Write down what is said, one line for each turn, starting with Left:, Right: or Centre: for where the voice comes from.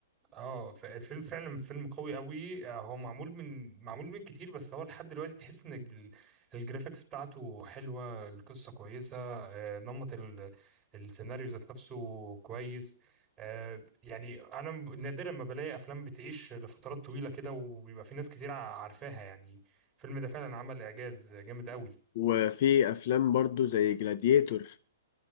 Right: اه فالفيلم فعلا فيلم قوي قوي آه، هو معمول من معمول من كتير بس هو لحد دلوقتي تحس ان ال- الجرافيكس بتاعته حلوه القصه كويسه آه، نمط ال- السيناريو ذات نفسه كويس آه، يعني انا نادرا ما بلاقي افلام بتعيش لفترات طويله كده وبيبقى في ناس كتير عارفاها يعني الفيلم ده فعلا عمل اعجاز جامد قوي
Left: وفي افلام برضو زي جلاديتور